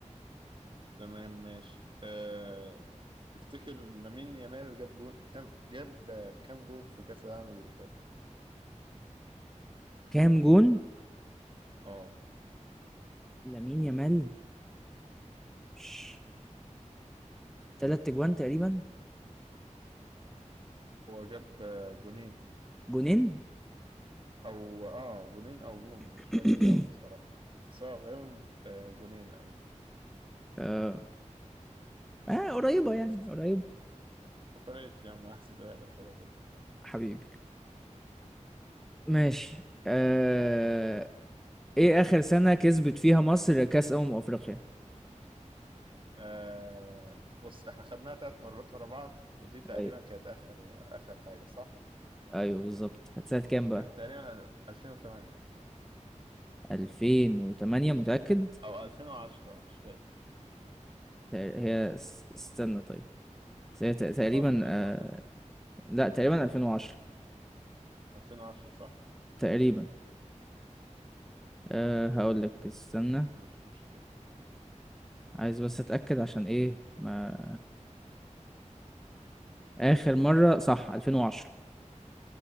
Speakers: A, on the right; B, in the centre.
A: تمام ماشي أه... تفتكر لامين يامال جاب جو... كام جاب آه، كام جون في كأس العالم اللي فات؟
B: كام جون
A: اه
B: لامين يامال ش- تلات جوان تقريبا
A: هو جاب آه، جونين
B: جونين
A: او اه جونين او جون مش
B: <coughs>
A: فاكر قوي الصراحه بس هو غالبا آه، جونين ايوه
B: <clears throat> آه. اه قريبة يعني
A: <laughs>
B: قريبة
A: ما فرقتش يا عم هحسبها لك ولا تزعل
B: حبيبي ماشي آه. ايه اخر سنة كسبت فيها مصر كأس أمم أفريقيا
A: آه بص احنا خدناها ثلاث مرات ورا بعض ودي تقريبا
B: أيوة.
A: كانت اخر اخر حاجه صح؟
B: ايوه بالظبط كانت سنة كام بقى
A: كان تقريبا 2008
B: 2008 متأكد
A: او 2010 مش فاكر
B: تق- هي س- استنى طيب بس هي تق- تقريبا
A: اه تكون
B: آه...
A: 2009
B: لا تقريبا 2010
A: 2010 صح؟
B: تقريبا آه... هقول لك استنى
A: مش مشكله
B: عايز بس اتأكد عشان ايه ما آخر مرة صح 2010